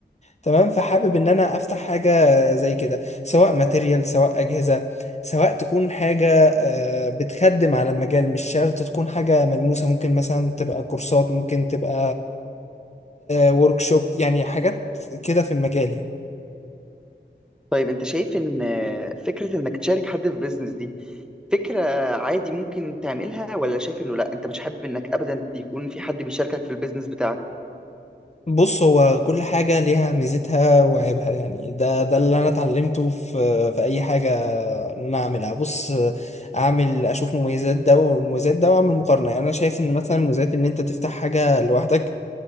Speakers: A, on the left; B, in the centre.
A: تمام فحابب ان انا افتح حاجه زي كده سواء ماتيريال سواء اجهزه سواء تكون حاجه آه، بتخدم على المجال مش شرط تكون حاجه ملموسه ممكن مثلا تبقى كورسات ممكن تبقى ورك شوب يعني حاجات كده في المجال يعني
B: طيب انت شايف ان آه، فكره انك تشارك حد في بيزنس دي فكره عادي ممكن تعملها ولا شايف انه لا انت مش حابب انك ابدا يكون في حد بيشاركك في البيزنس بتاعك
A: بص هو كل حاجة ليها ميزتها وعيبها يعني ده ده اللي أنا اتعلمته في في أي حاجة إن أنا أعملها بص أعمل أشوف مميزات ده ومميزات ده وأعمل مقارنة يعني أنا شايف إن مثلا مميزات إن أنت تفتح حاجة لوحدك